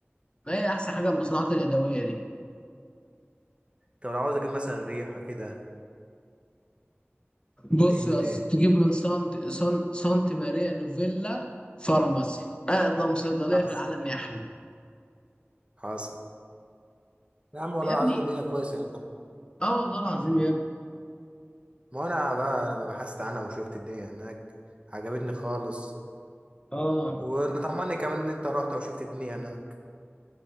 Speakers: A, on the left; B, on the right.
A: ما هي احسن حاجه المصنوعات اليدويه دي
B: طب لو عاوز اجيب مثلا ريحه كده
A: بص
B: هجيب من
A: يا اسطى
B: ايه
A: تجيب من سانت سان... سانت ماريا نوفيلا فارماسي اقدم صيدليه
B: حصل
A: في العالم يا احمد
B: حصل يا عم والله
A: يا ابني
B: العظيم الدنيا كويسه يعني
A: اه والله العظيم يا ابني
B: ما انا بقى لما بحثت عنها وشفت الدنيا هناك عجبتني خالص
A: اه
B: واللي طمني كمان ان انت رحت وشفت الدنيا هناك